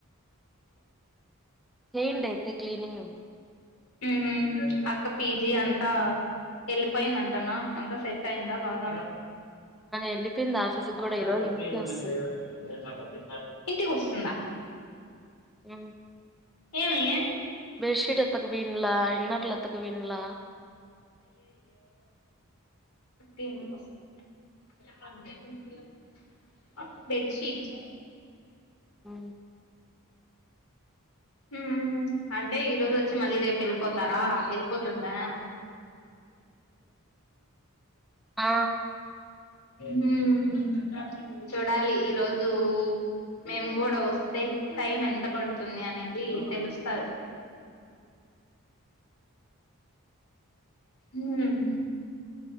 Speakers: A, on the left (about 85°); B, in the centre.
A: <unintelligible>
B: చేయండి అయితే క్లీనింగ్
A: హ్మ్ అక్క పిజీ అంతా వెళ్ళిపోయింద అంటనా అంతా సెట్ అయిందా బాగా
B: వెళ్ళిపోయింది ఆఫీస్కి కూడా ఈ రోజు
A: పత్
B: ఇంటికే
A: ఇ అవేస
B: వస్తుంది
A: ప సార్ <unintelligible> ఇంటికి వస్తుందా?
B: అ
A: ఏమి
B: బేడ్డ్ షీట్ ఎతుకు వీణలా ఇన్నెర్ల ఎతుకు వీణలా
A: త పస <unintelligible> బెడ్షీట్
B: అ
A: హ్మ్ అంటే ఈ రోజు వచ్చి మళ్ళీ రేపు వెళ్ళిపోతారా వెళ్ళిపోతుందా <inaudible>
B: ఆ
A: హ్మ్ చూడాలి ఈ రోజు మేము కూడా వస్తే టైం ఎంత పడుతుంది అనే ది తెలుస్తాది హ్మ్